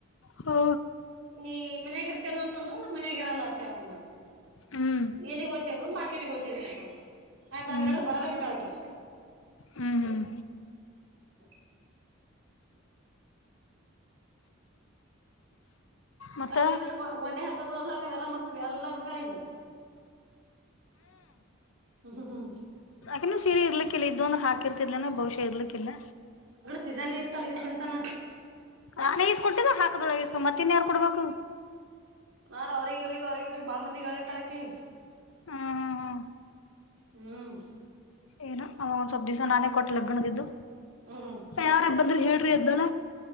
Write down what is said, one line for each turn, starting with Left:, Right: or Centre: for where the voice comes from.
Left: ಹೋ
Right: ನೀ ಮನಗರ್ತೇನ ಅಂತಂದ್ರರು ನಮ್ಮ್ ಮನ್ಯಾಗ ಇರಲ್ಲಂತೇಳಮ್ಮ
Left: ಹ್ಮ್
Right: ಎಲ್ಲಿಗ್ ಓದತೀ ಅಂದ ಮಾರ್ಕೆಟ ಒಯ್ತೀನಿ ಅಂತ ಅ ಆಯ್ತಂದ
Left: ಹ್ಮ್
Right: ನಡಗ್ ಬರದ ಬಿಟ್ಟಕಿ
Left: ಹ್ಮ್ ಹ್ಮ್
Right: <inaudible>
Left: ಮತ್ತ
Right: ಅ ಏನ ಗೊಂಡೆ ಹಾಕದು ಹಾಕದ ಎಲ್ಲ ಮಾಡ್ತ್ ಎಲ್ಲಾ ಬಿಟ್ಟಾಳಿದ ಹ್ಮ್ ಹ್ಮ್
Left: ಯಾಕೆ ಸೀರೆ ಇರ್ಲಿಕ್ಕಿಲ್ಲ ಇ ಇದದು ಅಂದ್ರೆ ಹಾಕಿರ್ತಿದರ್ಲೇನ ಬಹುಶ ಇಲಿಲಕ್ಕಿಲ್ಲ
Right: ಸೀಸನೆೇ ಇತ್ತಲ್ಲ ಇ ಚಿಮಂತಾನ
Left: ನಾನೇ ಈಸ್ ಕೊಟ್ಟಿದ್ದ ಹಾಕದೊಳ ಈಸು ಮತ್ತ ಇನ್ಯಾರಾರ್ ಕೊಡ್ಬೇಕು
Right: ನ ಅವ್ರರಿಗೆ ಇ್ರ ಅವ್ರರಿಗೆ ಇವ್ರಗ್ ಬಾಳ ಮಂದಿಟಳಕಿ
Left: ಹ್ಮ ಹಾ ಹಾ
Right: ಹ್ಮ್
Left: ಏನ ಅವ ಒಂದ ಸ್ವಲ್ ದಿವ್ಸ ನಾನೇ ಕೊಟ್ಟ ಲಗ್ಣದಿದ್ದು
Right: ಹ್ಮ್
Left: ಯಾರಬ್ ಬಂದ್ರಿ ಹೇಳ್ರಿ ಎದ್ದಳ